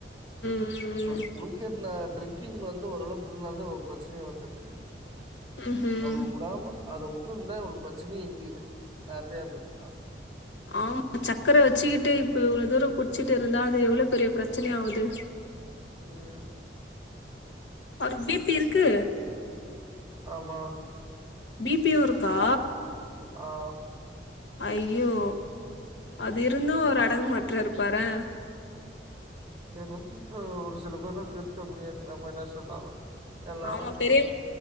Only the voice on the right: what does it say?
ப்ப குடிக்கர்னா ட்ரிங்கிங் வந்து ஓரளவு ன்னால்தா ஒ பிரச்சனயே வந்தது
அவுங்க வுடாம அத உட் வுட்டுருந்தா இவ்ளோ பிரச்சனயே இல்லயே ஹேப்பியா இருந்திருக்ளா
உம்
ஆமா
ஆஹ்
<unintelligible> ஒரு சில பேர திருத்த முடியாது நம்ம என்ன சொன்னாலு எல்லாரு
அப்டித்தா